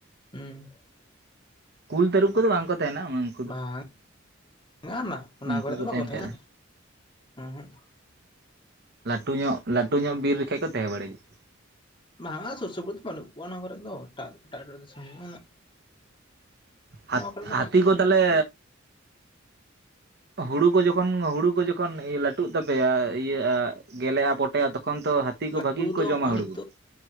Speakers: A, on the left (about 25°); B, on the right (about 55°).
A: ᱦᱩᱸ᱾
B: ᱠᱩᱞ ᱛᱟᱹᱨᱩᱵ ᱠᱚᱫᱚ ᱵᱟᱝ ᱠᱚ ᱛᱟᱦᱮᱱᱟ ᱩᱱᱟᱹᱝ᱾
A: ᱵᱟᱝ ᱜᱟᱱᱟ ᱚᱱᱟ
B: ᱩᱱᱠᱩ
A: ᱠᱚᱨᱮ ᱫᱚ
B: ᱠᱚ
A: ᱵᱟᱠᱚ
B: ᱛᱟᱦᱮᱱ
A: ᱛᱟᱦᱮᱸᱱᱟ
B: ᱠᱷᱟᱡ
A: ᱩᱦᱩᱸᱜ᱾
B: ᱞᱟᱹᱴᱩ ᱧᱚᱜ ᱞᱟᱹᱴᱩ ᱧᱚᱜ ᱵᱤᱨ ᱨᱮᱠᱷᱟᱡ ᱠᱚ ᱛᱟᱦᱮᱸ ᱵᱟᱹᱲᱤᱡᱚᱜ
A: ᱰᱟᱝ-ᱟ ᱥᱤᱨᱥᱩᱯᱩᱨ ᱫᱚ ᱵᱟᱱᱩᱜ ᱠᱚᱣᱟ ᱚᱱᱟ ᱠᱚᱨᱮᱫ ᱫᱚ ᱮᱴᱟᱜ ᱮᱴᱟᱜ ᱫᱤᱥᱚᱢ ᱢᱮᱱᱟᱜ-ᱟ ᱩᱱᱟᱹᱜ᱾
B: ᱦᱟᱛ
A: ᱠᱚᱨᱮ ᱫᱚ
B: ᱦᱟᱛᱤ
A: ᱵᱟᱹᱱᱩᱜ
B: ᱠᱚ ᱛᱟᱦᱞᱮᱻ ᱦᱩᱲᱩ ᱠᱚ ᱡᱚᱠᱷᱚᱱ ᱦᱩᱲᱩ ᱠᱚ ᱡᱚᱠᱷᱚᱱ ᱞᱟᱹᱴᱩᱜ ᱛᱟᱯᱮᱭᱟ ᱤᱭᱟᱹ ᱟᱜ ᱜᱮᱞᱮᱜ-ᱟ ᱯᱚᱴᱮᱜ-ᱟ ᱛᱚᱠᱷᱚᱱ ᱛᱚ ᱦᱟᱹᱛᱤ ᱠᱚ
A: ᱞᱟᱹᱴᱩ
B: ᱵᱷᱟᱹᱜᱤ ᱜᱮᱠᱚ
A: ᱫᱚ ᱱᱚᱜᱼᱚᱭ
B: ᱡᱚᱢᱟ ᱦᱩᱲᱩ?
A: ᱱᱤᱛᱚᱜ